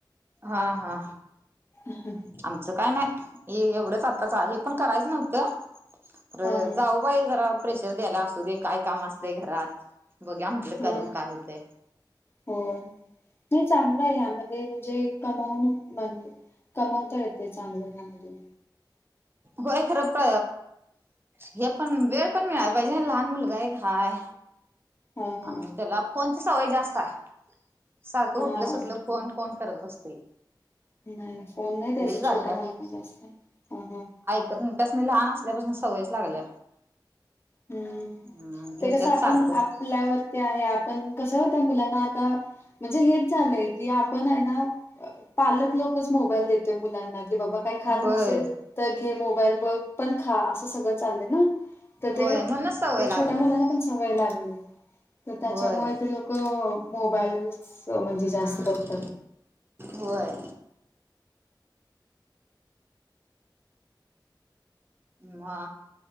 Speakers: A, on the right (about 30°); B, on the left (about 30°).
A: हा हा
B: हा
A: आमचं काय नाही. हे एवढंच आत्ताच आहे हे पण करायचं नव्हतं
B: हा.
A: जाऊ वय जरा प्रेशर द्यायला असू दे काय काम असते घरात बघ्या म्हंटलं
B: हा
A: करून काय होते.
B: हो नाही चांगलं आहे यामध्ये म्हणजे कमावून म्ह कमवता येते चांगलं ह्यामधून.
A: होय खरं प हे पण वेळ पण मिळायला पाहिजे लहान मुलगा आहे काय.
B: हा हा
A: आम त्याला फोनची सवय जास्त आहे सारखं उठलं
B: हा
A: सुटलं फोन फोन करत बसते.
B: नाही फोन नाही द्यायचा
A: जात्या
B: छोट्या मुलाना जास्त ह हा
A: तेस्न तेस्नी लहान असल्यापासून सवयच लागल्या.
B: हम्म
A: हम्म घेत्यात
B: ते कसं आपण
A: सारखं
B: आपल्यावरती आहे आपण कस त्या मुलांना आता म्हणजे हेच झालंय की आपण आहे ना पालक लोकच मोबाईल देतोय मुलांना की बाबा - काही खात
A: होय
B: नसेल तर घे मोबाईल बघ पण खा असं सगळं चालले ना. तर
A: होय
B: ते
A: म्हणूनच सवय
B: त्या
A: लागल्या
B: छोट्या मुलांना पण सवय लागली आहे. तर त्याच्यामुळे
A: होय
B: ते लोक मोबाईल्स म्हणजे
A: हम्म
B: जास्त बघतात.
A: होय. मा.